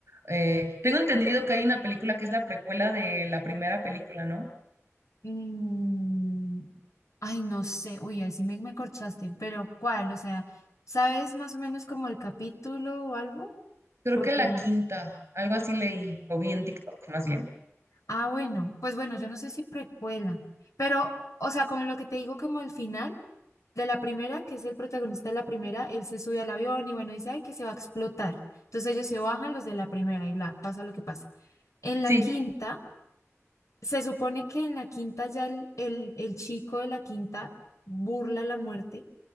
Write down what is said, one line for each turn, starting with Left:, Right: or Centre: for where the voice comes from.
Right: Eh, tengo entendido que hay una película que es la precuela de la primera película, ¿no?
Left: mm, ay, no sé, uy, ahí sí me, me corchaste, pero ¿cuál? O sea, ¿sabes más o menos como el capítulo o algo?
Right: Creo
Left: Porque
Right: que la quinta, algo así leí, o vi en TikTok, más bien.
Left: Ah, bueno, pues bueno, yo no sé si precuela, pero, o sea, como lo que te digo, como el final de la primera, que es el protagonista de la primera, él se sube al avión y bueno, dice, ay, que se va a explotar. Entonces ellos se bajan los de la primera y bla, pasa lo que pasa. En
Right: Sí,
Left: la quinta, se supone que en la quinta ya el, el, el chico de la quinta burla la muerte